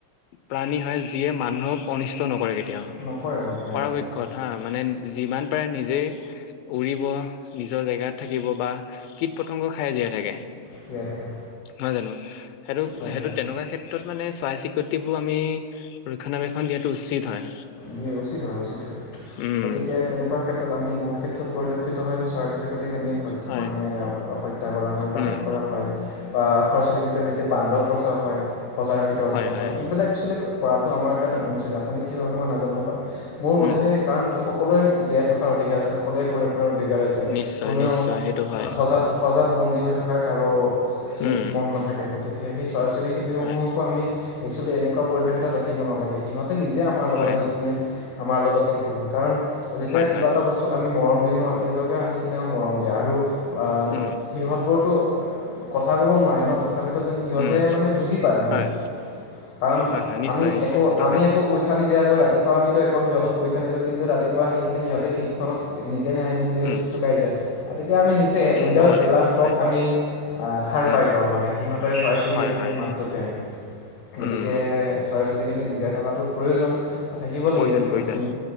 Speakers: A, on the left; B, on the left.
A: প্ৰাণী হয়, যিয়ে মানুহক অনিষ্ট নকৰে কেতিয়াও
B: নকৰে নকৰে
A: পৰাপক্ষত
B: নকৰে
A: হা মানে যিমান পাৰে নিজেই উৰিব নিজৰ জেগাত থাকিব বা কীট-পতংগ খাইয়ে জীয়াই থাকে।
B: তিয়াই থাকে
A: নহয় জানো? সেইটো,
B: হয়
A: সেইটো
B: হয়
A: তেনেকুৱা ক্ষে- ত্ৰত মানে চৰাই-চিৰিকঁটিবোৰ আমি ৰক্ষণাবেক্ষণ দিয়াটো উচিত হয়।
B: দিয়ে, উচিত হয়, উচিত হয়
A: উম
B: গতিকে তেনেকুৱা ক্ষেত্ৰত আমি বহুত ক্ষেত্ৰত পৰিল- ক্ষিত হয় যে চৰাই-চিৰিক টিক আমি হত
A: হয়
B: মানে হত্যা কৰা হয় বা
A: উম
B: শেষ কৰা হয় বা <unintelligible> বান্দত ৰখা হয় সজাৰ ভিতৰত
A: হয়
B: হওক
A: হয়
B: বা এইবিলাক একচলি- কৰাটো আমাৰ কাৰণে অনুচিত আপুনি কি ভাবে মই নাজানোত মোৰ বোধে
A: উম
B: কাৰণ। সকলোৱে জীয়াই থকাৰ অধিকাৰ আছে, সকলোৱে কৰে অধিকাৰ আছে,
A: নিশ্চয়
B: কোনেও
A: নিশ্চয় সেইটো হয়
B: সজ সজাত বন্দী হৈ থকাৰ কাৰো সেই,
A: উম
B: মন নাথাক গতিকে সেই চৰাই চৰি ক্ষতিসমূহকো
A: হয়
B: আমি একেল এনে, এনেকুৱা পৰিৱেশ এটা ৰাখিব নালাগে। সিহঁতে নিজে আমাৰ
A: হয়
B: লগত আহি কিনে আমাৰ লগত থাকিব কাৰণ, যেতিয়া
A: হয়
B: কিবা
A: হয়
B: এটা বস্তুত আমি মৰম দিওঁ ন, তেওঁতিয়ালৈোকে আহি কিনে মৰম দিয়া আৰু অ
A: উম
B: সিহঁত বোৰতো কথা কব নোৱাৰি ন। তি তথাপিতো যেন সিহঁতে
A: উম
B: মানে, বুজি পায় মানে
A: হয়
B: কাৰণ
A: হয় হয় নিশ্চয়
B: আমি
A: নিশ্চয়
B: একো
A: সেইটো
B: আমি
A: হয়
B: একো পইচা নিদিয়া। ৰাতিপোৱা আমিতো একৌ সিহতক পইচা নিদিওঁ। কিন্তু ৰাতিুৱা আহি কিনে সিহঁতে শিকিখনত নি, যেনে <unintelligible>
A: উম
B: থুকাই যাক তেতিয়া আমি নিজে উইদাউট
A: ক'ব লাগিব
B: এলাৰ্ম
A: হয়
B: কওক
A: হয়
B: আমি সাৰ
A: উম
B: পাই, যাওঁ মানে, সিহঁতে চৰাই চিৰি
A: হয়
B: গ
A: হয়
B: সেই মাতটো তেওঁ গতিকে
A: উম
B: চৰাই চিৰিকতি জীয়াই থকাটো প্ৰয়োজন। থাকিব
A: প্ৰয়োজন
B: লাগিব সিহঁতখিনি
A: প্ৰয়োজন